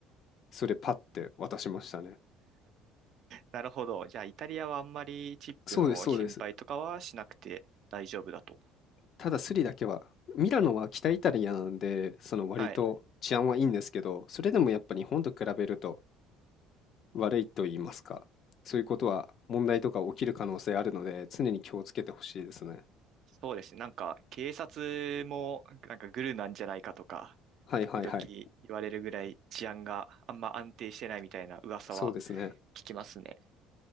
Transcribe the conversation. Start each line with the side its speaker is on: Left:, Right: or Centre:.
Left: それパッて渡しましたね。
Right: なるほど。じゃあ、イタリアはあんまりチップの心配とかはしなくて大丈夫だと。
Left: そうです、そうです。ただスリだけは、ミラノは北イタリアなんで、その割と治安はいいんですけど、
Right: はい。
Left: それでもやっぱ日本と比べると悪いと言いますか、
Right: うん
Left: そういうことは問題とか起きる可能性あるので、常に気をつけてほしいですね。
Right: そうですね。なんか、警察も、なんかグルなんじゃないかとか、
Left: はいはいはい。
Right: 時々言われるぐらい治安があんま安定してないみたいな噂は
Left: そうですね。
Right: 聞きますね。